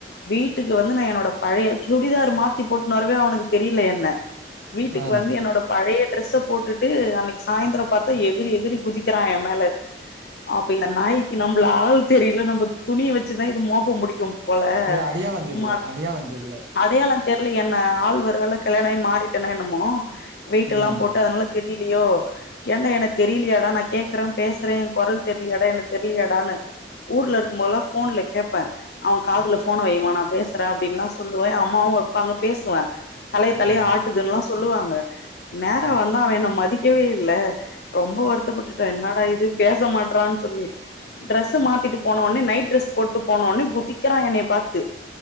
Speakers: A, on the left (about 60°); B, on the right (about 75°).
A: வீட்டுக்கு வந்து நா என்னோட பழைய சுடிதார் மாத்தி போட்டுனுவரவே அவனுக்கு தெரில என்ன வீட்டுக்கு
B: ஆ.
A: வந்து என்னோட பழைய டிரெஸ்ச போட்டுட்டு அன்னிக்கு சாயந்தரோ பாத்தா எகுறி எகுறி குதிக்கிறா ஏ மேல அப்ப இந்த நாய்க்கி நம்மள ஆள் தெரில நம்ப துணிய வெச்சுதா இது மோப்ப புடிக்கு போல
B: இல்ல அடையாளம் தெரியல
A: ம
B: அடையாளம் தெரியல.
A: அடையாள தெரில என்ன ஆள் ஒருவேள கல்யாண ஆயி மாறிட்டனோ என்னமோ வெயிட்டு் எல்லா
B: ம்.
A: போட்டு அதனால தெரிலியோ ஏண்டா என்ன தெரிலியாடா நா கேக்குற பேசுற கொறல் தெரிலியாடா என்ன தெரிலியாடான்னு ஊர்ல இருக்குபோதெல்லா ஃபோன்ல கேட்பே அவ காதுல போன வைய்மா நா பேசுறே அப்டின்ல்லா சொல்லுவே அம்மாவு வைப்பாங்க பேசுவே தலைய தலைய
B: ம்.
A: ஆட்டுதுன்னுல்லா சொல்லுவாங்க நேரா
B: ஆ.
A: வந்தா அவ என்ன மதிக்கவே இல்ல ரொம்ப வருத்தப்பட்டுட்டே என்னடா இது பேச மாட்டறான்னு சொல்லி டிரெஸ்ச மாத்திட்டு போனோனே நைட் ட்ரெஸ் போட்டு போனோனே குதிக்கிறா என்னய பாத்து